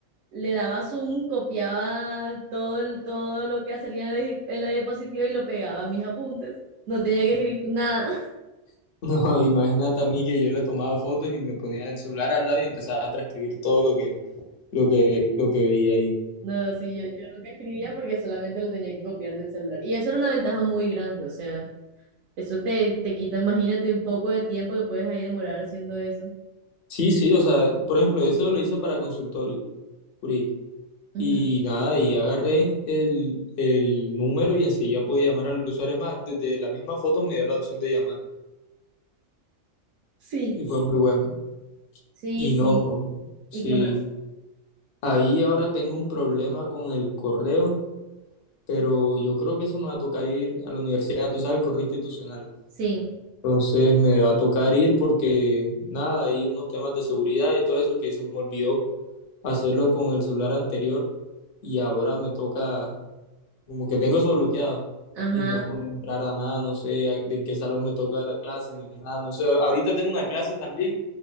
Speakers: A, on the right; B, on the left.
A: le daba zoom, copiaba todo, el- todo lo que salía en la, di- en la diapositiva y lo pegaba a mis apuntes. No tenía que escribir nada. <laughs>
B: <laughs> No, imagínate a mí que yo le tomaba fotos y me ponía el celular al lado y empezaba a transcribir todo lo que, lo que, lo que veía ahí.
A: No, sí, yo, yo nunca escribía porque solamente lo tenía que copiar del celular. Y eso era una ventaja muy grande, o sea, eso te, te quita, imagínate, un poco de tiempo que puedes ahí demorar haciendo eso.
B: Sí, sí, o sea, por ejemplo, eso lo hice para consultorio jurídico.
A: Ujú.
B: Y nada, y agarré el, el número y enseguida pude llamar al usuario. Es más, desde la misma foto me dio la opción de llamar
A: Sí,
B: y fue muy bueno.
A: sí,
B: Y
A: sí.
B: no, sí,
A: ¿Y qué más?
B: ahí ahora tengo un problema con el correo, pero yo creo que eso me va a tocar ir a la universidad, tú sabes, el correo institucional.
A: Sí.
B: Entonces me va a tocar ir porque nada, hay unos temas de seguridad y todo eso que se me olvidó hacerlo con el celular anterior y ahora me toca, como que tengo eso bloqueado
A: Ajá.
B: y no he podido entrar a nada, no sé a- de en qué salón me toca la clase ni nada, no sé. Ahorita tengo una clase también